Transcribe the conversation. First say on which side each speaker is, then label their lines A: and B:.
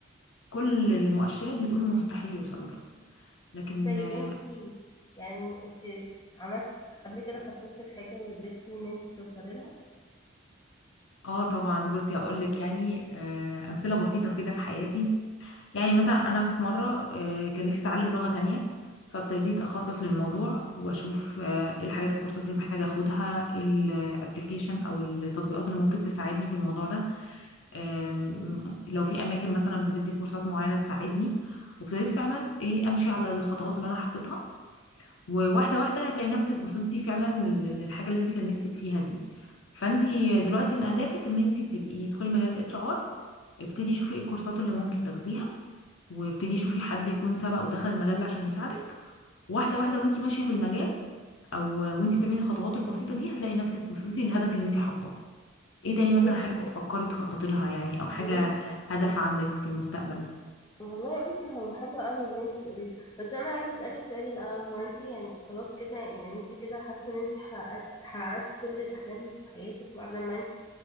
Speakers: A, on the left; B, on the left.
A: كل المؤشرات بتقول مستحيل يوصلوا لها لكن
B: طيب
A: اه
B: انتي يعني انتي عملت قبل كده خططتي لحاجة وقدرتي ان انتي توصلي لها
A: آه طبعا بصي هقول لك يعني آه امثلة بسيطة كده في حياتي يعني مثلا انا في مره آه، كان نفسي اتعلم لغه تانية فابتديت اخطط للموضوع واشوف آه، ايه الحاجات الكورسات اللي محتاجه اخدها الابلكيشن او التطبيقات اللي ممكن تساعدني في الموضوع ده آم، لو في اماكن مثلا بتدي كورسات معينه تساعدني وابتديت فعلا ايه امشي على الخطوات اللي انا حطيتها وواحده واحده هتلاقي نفسك وصلتي فعلا لل- للحاجه اللي انت كان نفسك فيها دي فانت دلوقتي من اهدافك ان انت تبقي تدخلي مجال الاتش ار ابتدي شوفي ايه الكورسات اللي ممكن تاخديها وابتدي شوفي حد يكون سبق ودخل المجال ده عشان يساعدك واحده واحده وانت ماشيه في المجال او وانت بتعملي الخطوات البسيطه دي هتلاقي نفسك وصلتي للهدف اللي انت حاطاه ايه تاني
B: يا
A: مثلا
B: بنتي
A: حاجه بتفكري تخططي لها يعني او حاجه
B: يا بنتي
A: هدف عندك في المستقبل
B: والله يا بنتي هو حلو قوي ان انت بتقولي ده بس انا عايزه اسالك سؤال الاول هو انت يعني خلاص كده يعني انت كده حاسه ان انت حققت حققتي كل الاحلام في حياتك بعد ما انت